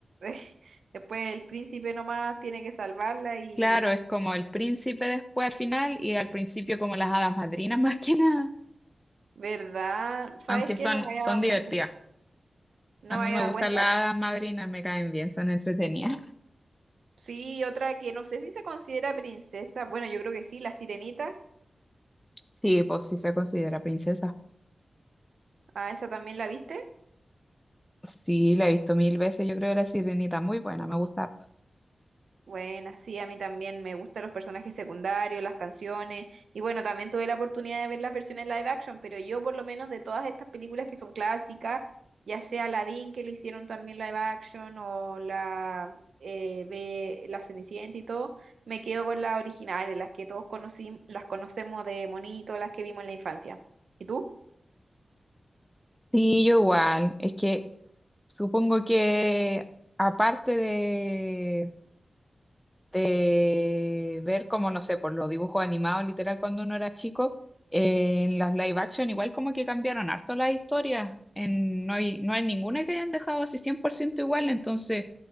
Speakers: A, on the right; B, in the centre.
A: <laughs> después el príncipe nomás tiene que salvarla y,
B: claro, es como el príncipe después al final y al principio como las hadas madrinas <laughs> más que nada,
A: ¿verdad? ¿Sabes
B: aunque
A: qué?
B: son
A: No me
B: son
A: había dado
B: divertidas.
A: cuenta. No
B: A mí
A: me había
B: me
A: dado
B: gusta
A: cuenta.
B: la hada madrina, me caen bien, son entretenidas.
A: Sí, otra que no sé si se considera princesa. Bueno, yo creo que sí, la sirenita.
B: Sí, pues sí se considera princesa.
A: Ah, esa también la viste.
B: Sí, la he visto mil veces, yo creo la sirenita muy buena, me gusta harto.
A: Buena, sí, a mí también me gustan los personajes secundarios, las canciones, y bueno, también tuve la oportunidad de ver las versiones live action, pero yo por lo menos de todas estas películas que son clásicas, ya sea Aladdin que le hicieron también live action o la, eh, Be- la Cenicienta y todo, me quedo con las originales, las que todos conocí, las conocemos de monito, las que vimos en la infancia. ¿Y tú?
B: Sí, yo igual, es que supongo que aparte de, de ver como, no sé, por los dibujos animados, literal, cuando uno era chico, eh, en las live action igual como que cambiaron harto las historias, en, no hay, no hay ninguna que hayan dejado así 100% igual, entonces...